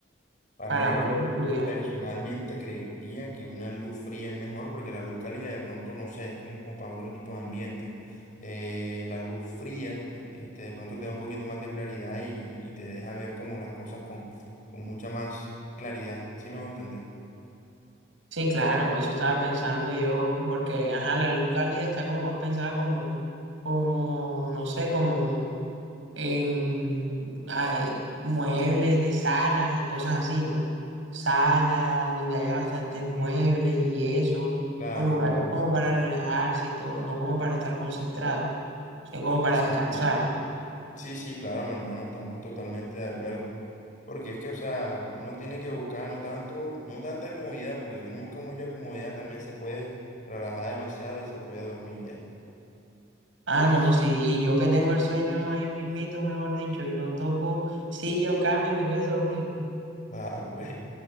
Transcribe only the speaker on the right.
para poder
estudiar?
Sí, claro, eso estaba pensando yo, porque, ajá, la luz cálida está como más pensada como, como, no sé, como en ah, eh, muebles de salas y cosas así, ¿no? Salas donde haya bastantes muebles y eso,
o lugares
como para relajarse y todo, no como para estar concentrado, sino como para
descansar.
Ah, no, sí, yo que tengo el sueño ahí mismito, mejor dicho, yo toco silla o cama y me quedo dormido.